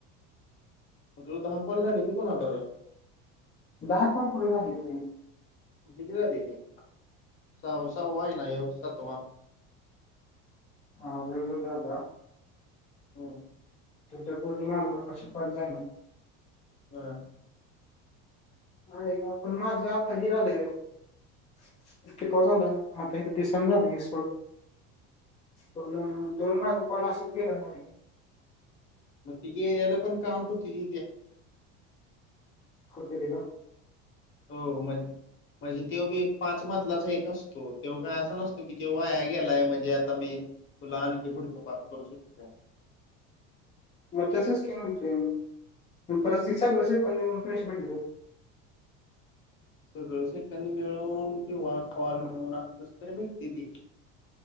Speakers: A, on the left (about 40°); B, on the left (about 20°).
A: मं तुझं दहा कॉल झालं ते कुणाबरबर?
B: दहा कोण पुर नाही येते.
A: किती झाली ते? सहा सहा्वा आहे ना ये सातवा.
B: हा वेग वेगळा होता.
A: हो.
B: तुमच्या पूर्णमालला कशी <unintelligible>
A: हा.
B: हा <unintelligible> पण माझं आता ही आलय <unintelligible> आता इथ दिसन झालंय <unintelligible> पूर्ण, दोन माझे कॉल अशीच गेल्यात नव्हे.
A: मग ति गेलेलं पण काम <unintelligible>
B: कुठे गेल?
A: हो म म्हणजे त्यो बी एक पाच मजलाचा एक असतो. त्यो काय असा नसतो की ते वाया गेलाय म्हणजे आता मी तुला आणखी पुढच पाच करू शकतोय.
B: मग तसच की <unintelligible> मग परत ती सेकंद येऊन <unintelligible>
A: सगळं सेकंद मिळून किंवा कॉल मिळून, असं कस तरी भेटतिति.